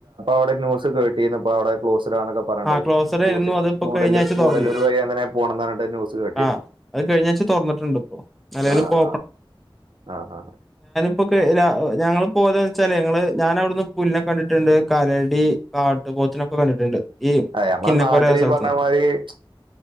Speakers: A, on the right; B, in the centre.
A: ഇപ്പൊവിടേ ന്യൂസിൽ കേട്ടീന്ന് ഇപ്പോ അവിടെ ക്ലോസ്ഡ് ആണെന്നൊക്കെ പറഞ്ഞിട്ടേ
B: ആഹ് ക്ലോസഡായിരുന്നു
A: ഗുടെ
B: അത് ഇപ്പൊ
A: ഗുഡാല്
B: കഴിഞ്ഞാഴ്ച
A: ഗുഡാലൂർ
B: തൊറന്നു.
A: വഴി അങ്ങെനെ ആഹ് പോ പോണമ്ന്ന്‌ പറഞ്ഞിട്ട് ന്യൂസ് കേട്ടിനു
B: ആഹ് അത് കഴിഞ്ഞാഴ്ച തൊറന്നിട്ട്ണ്ട് ഇപ്പൊ. നെലവില്
A: ആഹ്
B: ഇപ്പൊ
A: ആഹ് ആഹ് ആഹ്
B: ഇപ്പൊക്കെ ഞങ്ങള് പോയതെന്ന് വെച്ചാല് ഞങ്ങള് ഞാൻ അവിടുന്ന് പുല്ലിനെ കണ്ടിട്ടുണ്ട് കരടി കാട്ട് പോത്തിനൊക്കെ കണ്ടിട്ടുണ്ട് ഈ
A: ആഹ് നമ്മുടെ
B: കിന്നക്കോര
A: നാട്ടിൽ
B: എന്ന സ്ഥലത്ത്
A: ഈ പറഞ്ഞമാതിരി
B: നിന്ന്
A: മ് ച്